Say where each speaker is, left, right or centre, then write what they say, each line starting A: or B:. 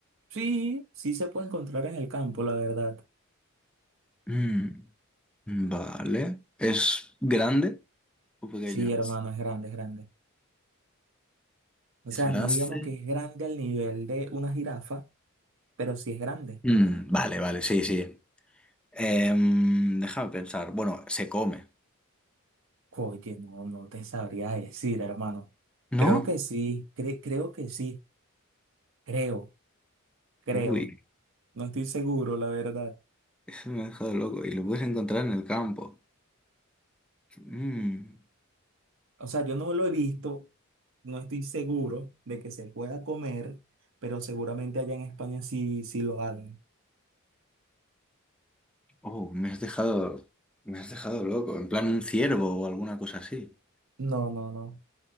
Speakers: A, on the right; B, in the centre.
A: sí, sí se puede encontrar en el campo, la verdad.
B: Mm, vale. ¿Es grande o pequeño?
A: Sí, hermano, es grande, es grande. O
B: Es
A: sea,
B: grande.
A: no digamos que es grande al nivel de una jirafa, pero sí es grande.
B: Mm, vale, vale, sí, sí. Em, déjame pensar. Bueno, se come,
A: Oye, no, no te sabría decir, hermano.
B: ¿no?
A: Creo que sí, cre- creo que sí, creo, creo.
B: Uy.
A: No estoy seguro, la verdad.
B: Eso me ha dejado loco. Y lo puedes encontrar en el campo. Mm.
A: O sea, yo no lo he visto, no estoy seguro de que se pueda comer, pero seguramente allá en España sí, sí lo hagan.
B: Oh, me has dejado, me has dejado loco. En plan un ciervo o alguna cosa así.
A: No, no, no,